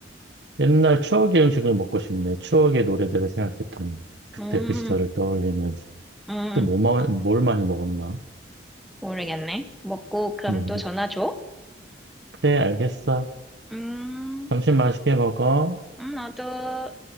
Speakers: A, on the right (about 75°); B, in the centre.
A: 옛날 추억의 음식을 먹고 싶네. 추억의 노래들을 생각했더니. 그때
B: 음,
A: 그 시절을 떠올리면서.
B: 음,
A: 그때 뭐,
B: 음.
A: 마- 뭘 많이 먹었나?
B: 모르겠네. 먹고 그럼
A: 모르겠
B: 또 전화 줘?
A: 그래, 알겠어.
B: 음,
A: 점심 맛있게 먹어.
B: 음, 나도